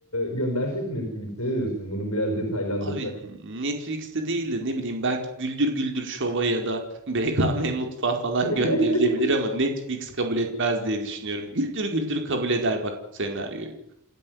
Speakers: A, on the left (about 75°); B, on the right (about 60°).
A: göndersek mi Netflix'e ne diyorsun? Bunu biraz detaylandırsak.
B: Abi Netflix'te değil de ne bileyim belki Güldür Güldür Şov'a ya da <laughs> BKM Mutfağı falan
A: <laughs>
B: gönderilebilir ama Netflix kabul etmez diye düşünüyorum. Güldür Güldür kabul eder bak bu senaryoyu.